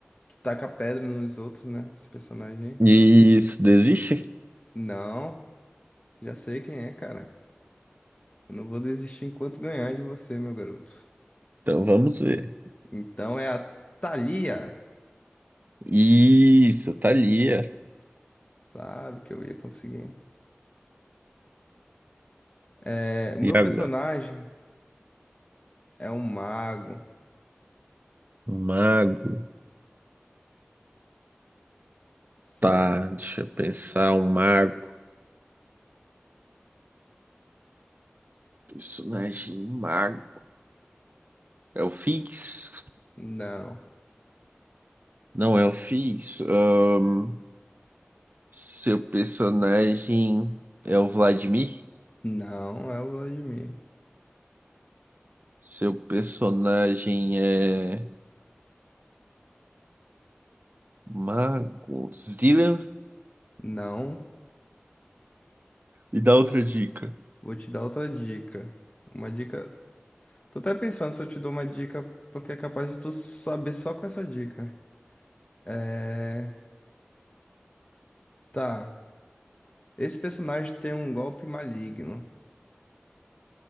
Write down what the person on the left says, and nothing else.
que taca pedra nos outros, né? Esse personagem. aí.
Não, já sei quem é, cara. Eu não vou desistir enquanto ganhar de você, meu garoto.
Então é a Thalia.
Sabe que eu ia conseguir. É, o meu
personagem
é um mago.
Cé-
Não,
não é o Vladimir.
Não,
vou te dar outra dica. Uma dica Tô até pensando se eu te dou uma dica, porque é capaz de tu saber só com essa dica. É. Tá. Esse personagem tem um golpe maligno.